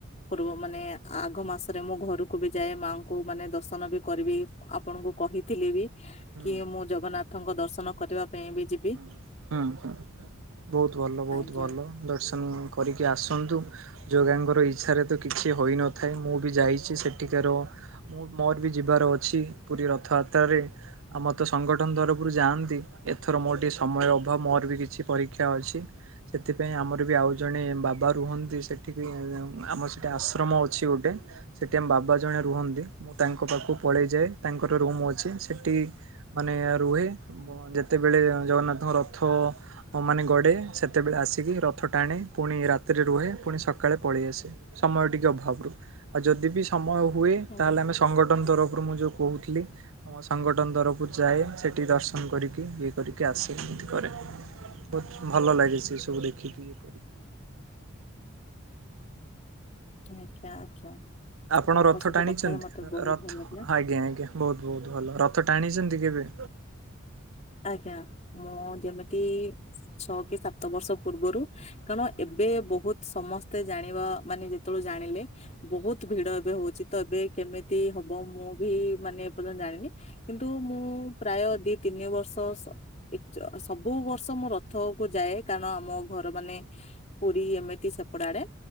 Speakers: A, on the left; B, on the right.
A: ପୂର୍ବ ମାନେ ଆଘ ମାସରେ ମୁଁ ଘରକୁ ବି ଯାଏ ମାଆଙ୍କୁ ମାନେ ଦର୍ଶନ ବି କରିବି। ଆପଣଙ୍କୁ କହିଥିଲି ବି
B: ହୁଁ
A: କି ମୁଁ ଜଗନ୍ନାଥଙ୍କ ଦର୍ଶନ କରିବା ପାଇଁ ବି ଯିବି
B: ହଁ ହଁ ହଁ। ବହୁତ ଭଲ, ବହୁତ
A: ଆଜ୍ଞା।
B: ଭଲ, ଦର୍ଶନ କରିକି ଆସନ୍ତୁ। ଜଗାଙ୍କର ଇଚ୍ଛାରେ ତ କିଛି ହୋଇନଥାଏ, ମୁଁ ବି ଯାଇଛି ସେଠିକାର ମୁଁ ମୋର ବି ଯିବାର ଅଛି ପୁରୀ ରଥଯାତ୍ରାରେ ଆମର ତ ସଂଗଠନ ତରଫରୁ ଯାଆନ୍ତି, ଏ ଏଥର ମୋର ଟିକେ ସମୟ ଅଭାବ ମୋର ବି କିଛି ପରୀକ୍ଷା ଅଛି। ସେଥିପାଇଁ ଆମର ବି ଆଉ ଜଣେ ବାବା ରୁହନ୍ତି ସେଠିବି ଆମର ସେଠି ଆଶ୍ରମ ଅଛି ଗୋଟେ। ସେଠି ଆମ ବାବା ଜଣେ ରୁହନ୍ତି ମୁଁ ତାଙ୍କ ପାଖକୁ ପଳେଇ ଯାଏ, ତାଙ୍କର ରୁମ ଅଛି, ସେଠି ମାନେ ରୁହେ ବ ଯେ ଯେତେବେଳେ ଜଗନ୍ନାଥଙ୍କ ରଥ ମାନେ ଗଡ଼େ ସେତେବେଳେ ଆସିକି ରଥ ଟାଣେ ପୁଣି ରାତି ସେଥିରେ ରୁହେ ପୁଣି ସକାଳେ ପଳେଇ ଆସେ, ସମୟ ଟିକେ ଅଭାବରୁ ଆଉ ଯଦି ବି ସମୟ ହୁଏ
A: ହୁଁ
B: ତାହେଲେ
A: ହୁଁ
B: ଆମେ ସଂଗଠନ ତରଫ ଫୁରୁ ମୁଁ ଯୋଉ କହୁଥିଲି ଆମ ସଂଗଠନ ତରଫରୁ ଯାଏ ସେଠି ଦର୍ଶନ କରିକି ଇଏ କରିକି ଆସି ଏମିତି କରେ। ବହୁତ ଭଲ ଲାଗେ ସେ ସବୁ ଦେଖିକି ଇଏ କରିକି।
A: ଆଜ୍ଞା ଆଜ୍ଞା।
B: ଆପଣ
A: ଆପଣଙ୍କ
B: ରଥ
A: ସହିତ
B: ଟାଣିଛନ୍ତି
A: କଥା ହେଇ ମତେ ବହୁତ
B: ରଥ
A: ଭଲ ଲାଗିଲା
B: ଆଜ୍ଞା ଆଜ୍ଞା ବହୁତ। ବହୁତ ଭଲ ରଥ ଟାଣିଛନ୍ତି କେବେ?
A: ଆଜ୍ଞା ମୁଁ ଯେମିତି ଛଅ କି ସାତ ବର୍ଷ ପୂର୍ବରୁ କାରଣ ଏବେ ବହୁତ ସମସ୍ତେ ଜାଣିବା ମାନେ ଯେତେବେଳେ ଜାଣିଲେ ବହୁତ ଭିଡ ଏବେ ହଉଛି ତ ଏବେ କେମିତି ହବ ମୁଁ ବି ମାନେ ଏ ପର୍ଯ୍ୟନ୍ତ ଜାଣିନି। କିନ୍ତୁ ମୁଁ ପ୍ରାୟ ଦି ତିନି ବର୍ଷ ତ୍ ସ ଏ ସବୁ ବର୍ଷ ମୁଁ ରଥ କୁ ଯାଏ କାରଣ ଆମ ଘର ମାନେ ପୁ ଏମିତି ସେପଡ଼ାଡେ